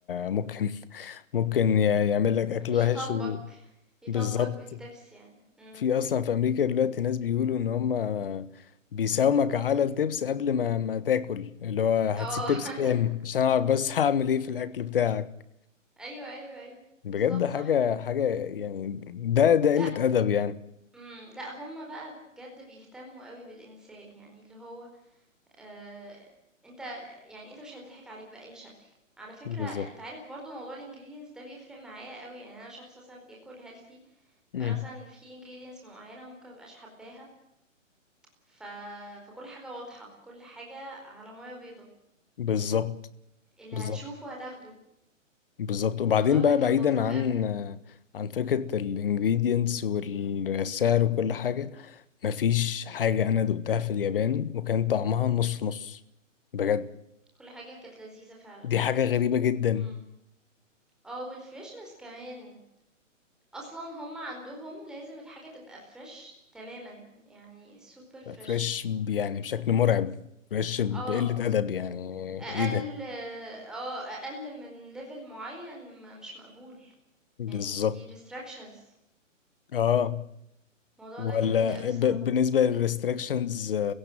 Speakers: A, on the left; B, in the centre.
A: ممكن ممكن يعمل لك اكل
B: يطالبك
A: وحش
B: يطالبك
A: وبالظبط
B: بالتِبس يعني، إمم،
A: في اصلا في امريكا دلوقتي ناس بيقولوا ان هم بيساومك على التبس قبل ما ما تاكل اللي هو هتسيب
B: آه،
A: تبس كام
B: <laughs>
A: عشان اعرف بس <laughs> هعمل ايه في الاكل بتاعك
B: أيوه، أيوه، أيوه،
A: بجد
B: بالضبط
A: حاجة
B: صح،
A: حاجة يعني ده ده
B: لأ،
A: قلة ادب يعني
B: إمم، لأ، هُم بقى بجد بيهتموا أوي بالإنسان، يعني اللي هو آآ أنت يعني أنت مش هيتضحك عليك بأي شكل. على فكرة
A: بالظبط
B: أنت عارف برضه موضوع الingredients ده بيفرق معايا أوي، يعني أنا شخص مثلًا بياكل healthy،
A: امم
B: فأنا مثلًا في ingredients معيّنة ممكن ما ابقاش حاباها، ف فكل حاجة واضحة، كل حاجة على مَيّة بيضا،
A: بالظبط
B: اللي
A: بالظبط
B: هتشوفه هتاخده.
A: بالظبط وبعدين
B: الموضوع ده
A: بقى
B: كان
A: بعيدا
B: لطيف
A: عن
B: أوي،
A: عن فكرة الانجريدينتس والسعر وكل حاجة مفيش حاجة أنا دقتها في اليابان وكان طعمها نص نص بجد
B: كل حاجة كانت لذيذة فعلًا.
A: دي حاجة غريبة جدا
B: إمم. آه والfreshness كمان، أصلًا هم عندهم لازم الحاجة تبقى fresh تمامًا، يعني super fresh.
A: فريش ب- يعني بشكل مرعب فريش بقلة
B: آه.
A: أدب يعني
B: أقل
A: إيه ده
B: آه، أقل من level معيّن ما مش مقبول،
A: بالظبط
B: يعني دي restrictions
A: آه
B: الموضوع
A: ولا
B: ده جميل أوي الصراحة.
A: ب... بالنسبة للريستريكشنز